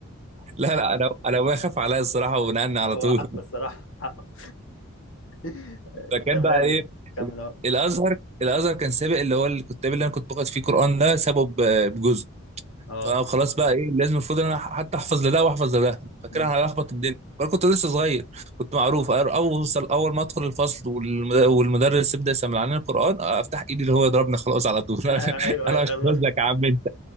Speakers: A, on the right; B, on the left.
A: <laughs> لا لا انا انا ابويا خاف عليا الصراحه ونقلني على
B: هو
A: طول
B: حقه الصراحة
A: <laughs>
B: حقه <laughs>
A: فكان
B: تمام
A: بقى ايه
B: كمل اهو
A: الازهر الازهر كان سابق اللي هو الكتاب اللي انا كنت باخد فيه قران ده سابه ب- بجزء
B: اه
A: فخلاص بقى ايه لازم المفروض ان انا حتى احفظ لده واحفظ لده فكده
B: أمم.
A: هلخبط الدنيا وانا كنت لسه صغير كنت معروف أر- اوصل اول ما ادخل الفصل والمد- والمدرس يبدا يسمع لنا القران افتح ايدي اللي هو يضربني خلاص على طول
B: <laughs>
A: <laughs>
B: ايوه
A: انا
B: ايوه
A: مش
B: يلا
A: هنزلك
B: <laughs>
A: يا عم انت